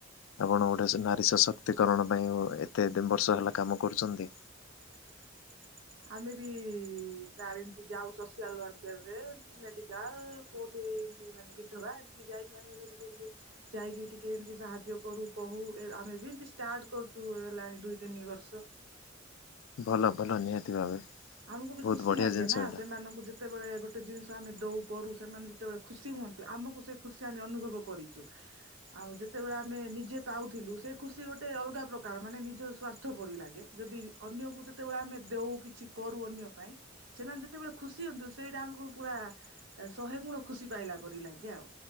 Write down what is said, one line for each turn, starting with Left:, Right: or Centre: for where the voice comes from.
Left: ଆପଣ ଗୋଟେ ନାରୀ ସଶକ୍ତିକରଣ ପାଇଁ ଏତେ ଏତେ ବର୍ଷ ହେଲା କାମ କରୁଛନ୍ତି।
Right: <unintelligible> ଆମେ ବି ସ ଏମତି ଯାଉ ସୋସିଆଲ୍ ୱାର୍କର ରେ କି ମେଡିକାଲ କୋଉଠି। ଏମତି ମାନେ ବିଧବା ଏମତି ଯାଇକି ଆମେ ବି ଟିକେ ଟିକେ ଯାଇକି ଟିକେ ଏମିତି ସାହାଯ୍ୟ କରୁ କହୁ। ଆମେ ବି ଏମତି ଷ୍ଟାର୍ଟ କରୁଛୁ ହେଲାଣି ଦୁଇ ତିନି ବର୍ଷ।
Left: ଭଲ ଭଲ ନିହାତି ଭାବେ।
Right: ଆମକୁ ବି
Left: ବହୁତ
Right: ଖୁସି
Left: ବଢିଆ
Right: ଲାଗେ
Left: ଜିନିଷ
Right: ନା
Left: ଏଇଟା
Right: ସେମାନଙ୍କୁ ଯେତେବେଳେ ଗୋଟେ ଜିନିଷ ଆମେ ଦଉ। କରୁ ସେମାନେ ଯେତେବେଳେ ଖୁସି ହୁଅନ୍ତୁ ଆମକୁ ସେ ଖୁସି ଆମେ ଅନୁଭବ କରିଛୁ ଆଉ ଯେତେବେଳେ ଆମେ ନିଜେ ପାଉଥିଲୁ ସେ ଖୁସି ଗୋଟେ ଅଲଗା ପ୍ରକାର ମାନେ ନିଜ ସ୍ୱାର୍ଥ ପରି ଲାଗେ ଯଦି ଅନ୍ୟକୁ ଯେ ପୁରା ଆମେ ଦେଉ କିଛି କରୁ ଅନ୍ୟ ପାଇଁ ସେମାନେ ଯେତେବେଳେ ଖୁସି ହୁଅନ୍ତୁ ସେଇଟା ଆମକୁ ପୁରା ଶହେ ଗୁଣ ଖୁସି ପାଇଲା ପରି ଲଗେ ଆଉ।